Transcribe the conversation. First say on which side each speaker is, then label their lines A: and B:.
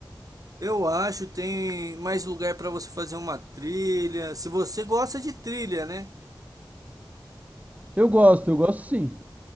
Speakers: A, on the right; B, on the right.
A: Eu acho tem mais lugar para você fazer uma trilha, se você gosta de trilha, né?
B: Eu gosto, eu gosto sim.